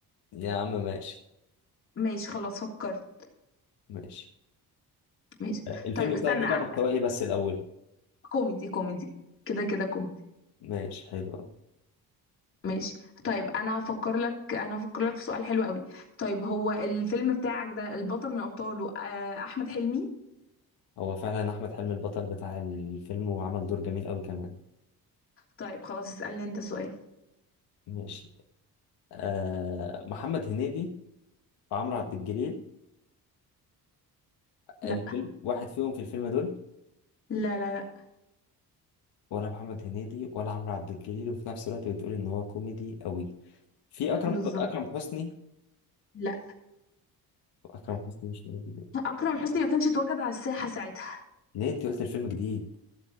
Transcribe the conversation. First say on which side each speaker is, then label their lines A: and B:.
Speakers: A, on the left; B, on the left.
A: يا عم ماشي
B: ماشي خلاص فكرت
A: ماشي
B: ماشي
A: الفيلم
B: طيب استنى
A: بتاعك ده بقى
B: أ-
A: محتواه ايه بس الاول
B: كوميدي كوميدي كده كده كوميدي
A: ماشي حلو
B: ماشي طيب أنا هفكر لك أنا هفكر لك في سؤال حلو قوي طيب هو الفيلم بتاعك ده البطل من أبطاله آه، أحمد حلمي
A: هو فعلا احمد حلمي البطل بتاع الفيلم وعمل دور جميل قوي كمان
B: طيب خلاص اسألني أنت سؤال
A: ماشي آه محمد هنيدي وعمرو عبد الجليل
B: لا
A: الفيلم واحد فيهم في الفيلم دول
B: لا لا لا
A: ولا محمد هنيدي ولا عمرو عبد الجليل وفي نفس الوقت بتقول ان هو كوميدي قوي في اكرم
B: بالظبط
A: اكرم حسني
B: لا
A: اكرم حسني مش موجود.
B: أكرم حسني ما كانش اتوجد على الساحة ساعتها
A: ليه انت قلت الفيلم جديد